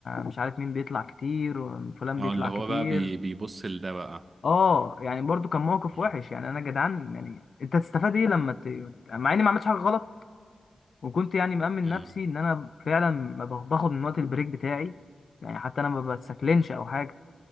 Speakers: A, on the left; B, on the right.
A: مش عارف مين بيطلع كتير وفلان
B: اه
A: بيطلع
B: اللي هو
A: كتير
B: بقى بي بيبص لده بقى
A: اه يعني برضو كان موقف
B: مم.
A: وحش يعني انا جدعان يعني انت تستفاد ايه لما ت... مع اني ما عملتش حاجه غلط وكنت يعني مأمن
B: مم.
A: نفسي ان انا فعلا ما باخد من وقت البريك بتاعي يعني حتى انا ما بتسكلنش او حاجه